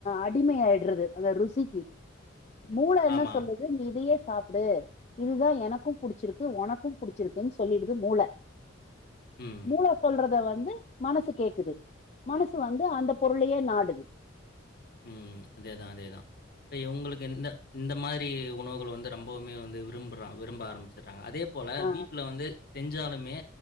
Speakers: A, on the left; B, on the left.
A: அடிமையாயிடுது அந்த ருசிக்கு மூளை என்ன
B: ஆமா.
A: சொல்லுது நி இதையே சாப்பிடு இதுதா எனக்கும் புடிச்சிருக்கு உனக்கும் புடிச்சிருக்குன்னு சொல்லிடுது மூள
B: ம்.
A: மூள சொல்றத து மனசு கேக்குது மனசு வந்து அந்த பொருளையே நாடு
B: உம் அதேதா அதேதா இவுங்களுக்கு இந்த இந்த மாரி உணவுகள் வந் திரரொம்பவுமே வந்து விரும்புறா விரும்ப ஆரம்ச்சுர் அதே போல
A: ஆ
B: வீட்டுல வந்து செஞ்சாலுமே